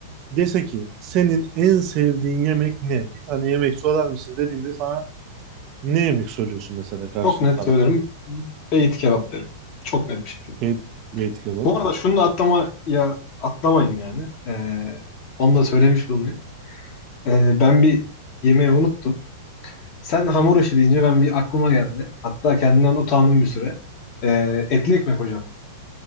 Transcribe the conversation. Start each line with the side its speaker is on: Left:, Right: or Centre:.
Right: dese ki senin en sevdiğin yemek ne? Bir tane yemek söyler misin dediğinde sana ne yemek söylüyorsun mesela karşı
Left: Çok net
Right: tarafa?
Left: söylerim. Beyti kebap derim. Çok net bir şekilde.
Right: Bey- Beyti kebap.
Left: Bu arada şunu da atlama ya atlamayayım yani. E, onu da söylemiş bulunayım. E, ben bir yemeği unuttum. Sen hamur işi deyince ben bir aklıma geldi. Hatta kendimden utandım bir süre. E, etli ekmek hocam.